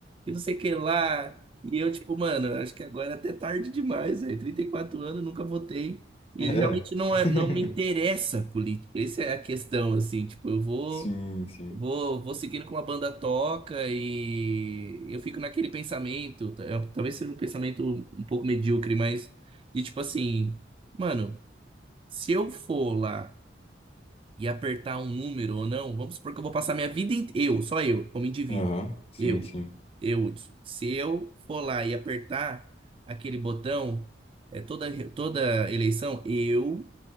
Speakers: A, on the right; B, on the left.
A: e não sei o que lá. E eu, tipo, mano, acho que agora é até tarde demais, velho. trinta e quatro anos, nunca votei. E
B: É.
A: ele realmente não,
B: <laughs>
A: é, não me interessa a política. Essa é a questão, assim, tipo, eu vou,
B: Sim, sim.
A: vou, vou seguindo com a banda toca e eu fico naquele pensamento, ta- é, talvez seja um pensamento um pouco medíocre, mas de tipo assim, mano, se eu for lá e apertar um número ou não, vamos supor que eu vou passar minha vida inteira, eu, só eu, como indivíduo,
B: Aham, Sim,
A: eu,
B: sim.
A: eu, Hudson. se eu for lá e apertar aquele botão, é toda re- toda eleição, eu